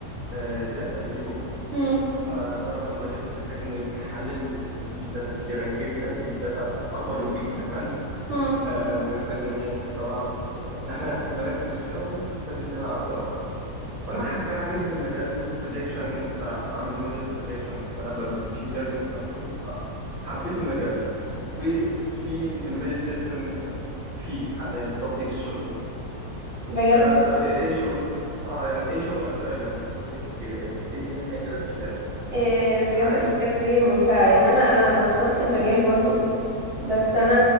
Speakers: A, in the centre; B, on the right.
A: آه، داتا في اليوم
B: مم.
A: فده رقم رهيب محتاج انه يتحلل وفي داتا كبيره جدا بيج داتا اكبر من بيج داتا كمان
B: مم.
A: آه، محتاج ان هي طبعا ت- ان احنا نركز فيها ونستفيد منها اكتر واكتر فانا ح- كان عاجبني المجال والبريدكشن ان احنا بعمل موديل بريدكشن وتنبأ بالماشين ليرنينج الكلام ده كله فحبيت المجال وفي امبيدد سيستم فيه حاليا في روبوتكس سوفت وير
B: بجد
A: آه، طب ايه إيه شغل اه يعني ايه شغلك طيب يعني شغلك آه، ايه الدنيا كده فيه يعني
B: آه، بجد
A: عاد
B: الحاجات دي ممتعة يعني انا انا في نفس المجال برضو بس انا